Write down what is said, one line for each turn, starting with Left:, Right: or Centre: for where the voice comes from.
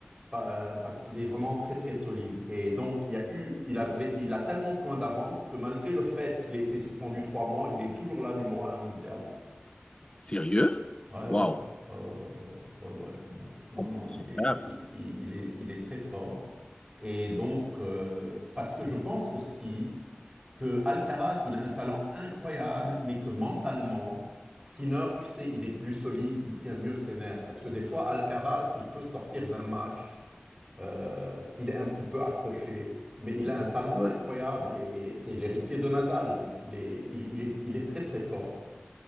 Right: pa- parce qu'il est vraiment très très solide. Et donc, il y a eu, il avait, il a tellement de points d'avance que malgré le fait qu'il ait été suspendu trois mois, il est toujours là numéro un mondial.
Left: Sérieux?
Right: Ouais, ouais,
Left: Waouh!
Right: ouais, ouais, ouais, ouais, ouais, ouais, ouais. Donc, non,
Left: Oh,
Right: non, il
Left: C'est
Right: est,
Left: incroyable.
Right: il, il- il est, il est très fort. Et donc, euh, parce que je pense aussi que Alcaraz, il a un talent incroyable, mais que mentalement, Sinner, tu sais, il est plus solide, il tient mieux ses nerfs. Parce que des fois, Alcaraz, il peut sortir d'un match euh, s'il est un petit peu accroché, mais il a un talent
Left: Ouais.
Right: incroyable et c'est l'héritier de Nadal, donc il est, il il est, il est très très fort.